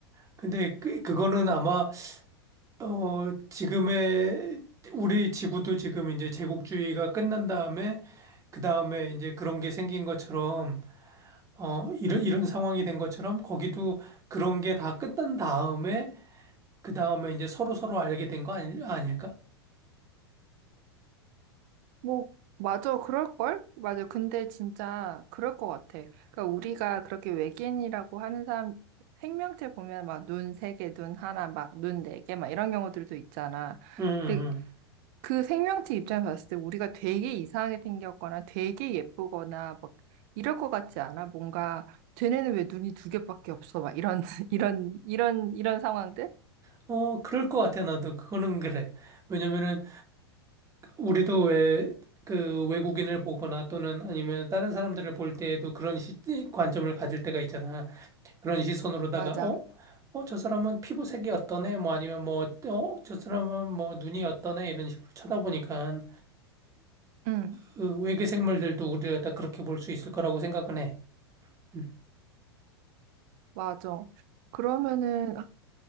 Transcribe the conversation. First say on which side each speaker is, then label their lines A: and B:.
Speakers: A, on the right; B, on the right.
A: 근데 그, 그거는 아마, 어, 지금의 우리 지구도 지금 이제 제국주의가 끝난 다음에 그 다음에 이제 그런 게 생긴 것처럼 어, 이런, 이런 상황이 된 것처럼 거기도 그런 게 다 끝난 다음에, 그 다음에 이제 서로 서로 알게 된 거 아니, 아닐까?
B: 뭐, 맞아, 그럴걸? 맞아. 근데 진짜 그럴 것 같아. 그러니까 우리가 그렇게 외계인이라고 하는 사람 생명체 보면 막 눈 세 개, 눈 하나, 막 눈 네 개, 막 이런 경우들도 있잖아.
A: 음,
B: 근데
A: 음.
B: 그 생명체 입장에서 봤을 때 우리가 되게 이상하게 생겼거나 되게 예쁘거나 막 이럴 것 같지 않아? 뭔가 쟤네는 왜 눈이 두 개밖에 없어? 막 이런, <laughs> 이런, 이런, 이런 상황들?
A: 음. 어, 그럴 것 같아, 나도. 그거는 그래. 왜냐면은, 우리도 왜, 그 외국인을 보거나 또는 아니면 다른 사람들을 볼 때에도 그런 시, 관점을 가질 때가 있잖아. 그런 시선으로다가,
B: 맞아.
A: 어? 어, 저 사람은 피부색이 어떠네? 뭐 아니면 뭐, 어, 저 사람은 뭐 눈이 어떠네? 이런 식으로 쳐다보니까
B: 응,
A: 그 외계 생물들도 우리를 갖다 그렇게 볼 수 있을 거라고 생각은 해. 음.
B: 맞아. 그러면은,